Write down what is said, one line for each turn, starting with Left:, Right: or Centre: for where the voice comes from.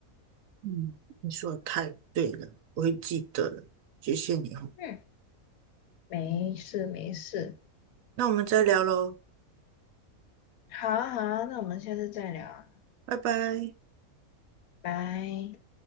Right: 嗯，你说的太对了，我会记得的，谢谢你哦。
Left: 嗯，没事没事，
Right: 那我们再聊喽，
Left: 好啊好啊，那我们下次再聊啊
Right: 拜拜。
Left: 拜。